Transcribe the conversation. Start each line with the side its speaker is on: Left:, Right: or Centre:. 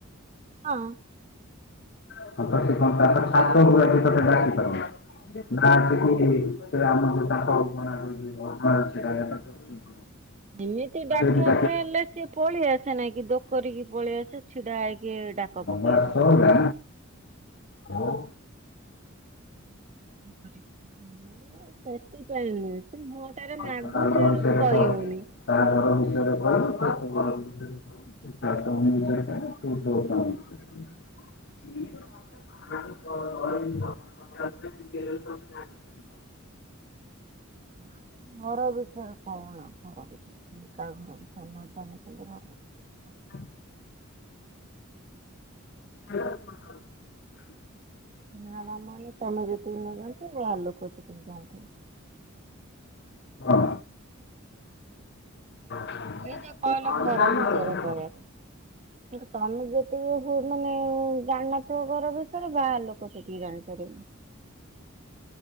Right: ହଁ।
Left: <unintelligible> ନା ସେ ସେ ଆମ ଯୋଉ ତାଙ୍କ <unintelligible>
Right: ଏମିତି ଡାକିବାକୁ
Left: ସେଇଠି ଡାକି
Right: ହେଲେ ସେ ପଳେଇଆସେ ନାଇଁ କି ଦୋକରିକି ପଳେଇଆସେ ଛିଡା ହେଇକି ଡାକ
Left: ହଁମା
Right: ପକେଇବ।
Left: ଅର୍ଥ ହେଲା? ହୋଉ।
Right: ସେଥିପାଇଁ ନୁହେଁ। ତାର ମାଗୁଛେ
Left: ତା ଘର ବିଷୟରେ
Right: କହି
Left: କହ
Right: ହୋଉନି।
Left: ତା ଘର ବିଷୟରେ କହିବୁ ତୋ ଘର ବିଷୟରେ କହ। ସିଏ ତା କାମ ବିଷୟରେ କହିବ ତୁ ତୋ କାମ ବିଷୟରେ କହିବୁ। <unintelligible> <unintelligible>
Right: ଘର ବିଷୟରେ କଣ କହ। <unintelligible>
Left: ହୁଁ। ସେଇଆ।
Right: ନୂଆ ମାମୁଁଆଣି ତମେ ଯେତିକି ନ ଜାଣିଛ ବାହାର ଲୋକ ସେତିକି ଜାଣିଚନ୍ତି।
Left: ହଁ। କହୁଛୁ
Right: ନିଜେ କହିଲ ଘର ବିଷୟରେ
Left: ନା କଣ?
Right: କହିବା ପାଇଁ। ତମେ ଯେତିକି ମାନେ ଜାଣିନଥିବ ଘର ବିଷୟରେ ବାହାର ଲୋକ ସେତିକି ଜାଣିପାରିବେ।